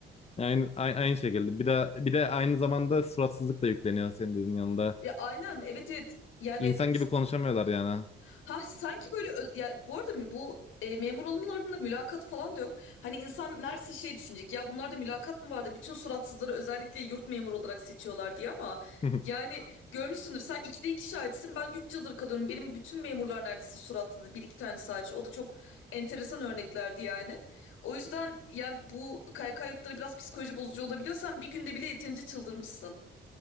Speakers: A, on the left (about 30°); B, on the left (about 85°).
A: Aynı, ay- aynı şekilde. Bir de bir de aynı zamanda suratsızlık da yükleniyor senin dediğin yanında.
B: Ya aynen evet evet yani
A: İnsan gibi konuşamıyorlar yani.
B: Ha sanki böyle ö- ya bu arada bu e, memur olmalarında mülakat falan da yok. Hani insan neredeyse şey düşünecek ya bunlarda mülakat mı vardı? Bütün suratsızları özellikle yurt memuru olarak seçiyorlar diye ama
A: <laughs>
B: yani görmüşsündür sen ikide iki şahitsin ben üç yıldır kalıyorum. Benim bütün memurlar neredeyse suratsızdı bir iki tane sadece o da çok enteresan örneklerdi yani. O yüzden yani bu KYK yurtları biraz psikoloji bozucu olabiliyor. Sen bir günde bile yeterince çıldırmışsın.